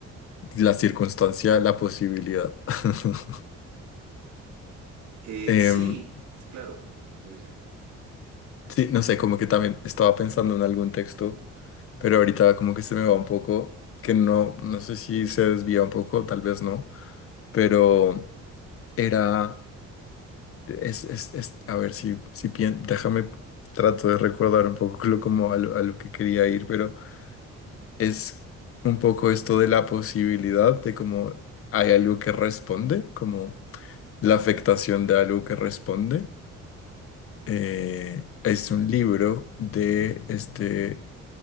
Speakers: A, on the left; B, on the right.
A: la circunstancia, la posibilidad. <laughs>
B: Eh,
A: Em,
B: sí, claro, puede ser.
A: sí, no sé, como que también estaba pensando en algún texto, pero ahorita como que se me va un poco, que no, no sé si se desvía un poco, tal vez no, pero... Era, es, es, es- a ver si, si pien- déjame, trato de recordar un poco <laughs> lo, como a lo, a lo que quería ir, pero es un poco esto de la posibilidad de como hay algo que responde, como la afectación de algo que responde. Eh, es un libro de este,